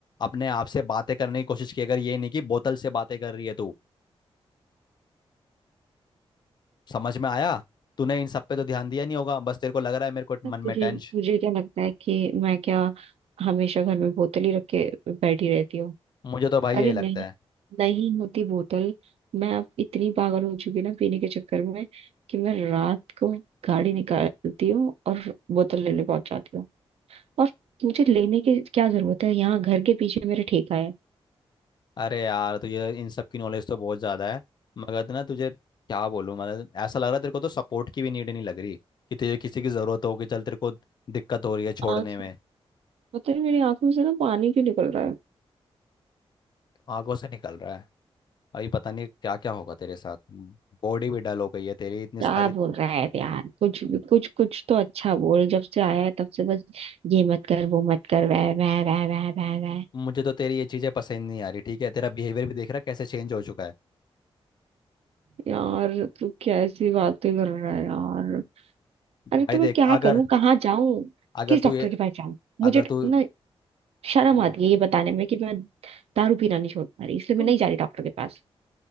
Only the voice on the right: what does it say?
अब
तुझे
तुझे क्या लगता है कि मैं क्या हमेशा घर में बोतल ही रख के बैठी रहती हूँ
अरे
नहीं
नहीं होती बोतल मैं अब इतनी पागल हो चुकी ना पीने के चक्कर में कि मैं रात को गाड़ी निकालती हूँ और बोतल लेने पहुंच जाती हूँ और मुझे लेने की क्या जरूरत है यहाँ घर के पीछे मेरे ठेका है
आज
पता नहीं मेरी आंखों से ना पानी क्यों निकल रहा है
क्या
बोल रहा है यार कुछ कुछ कुछ तो अच्छा बोल जब से आया है तब से बस ये मत कर वो मत कर वह वह वह वह वह वह
यार तू कैसी बातें कर रहा है यार अरे
तो मैं
क्या
करूं कहाँ जाऊं
किस डॉक्टर
के पास जाऊं मुझे
ना शर्म
आती है ये बताने में कि मैं दारू पीना नहीं छोड़ पा रही इसलिए
मैं नहीं जा रही डॉक्टर के पास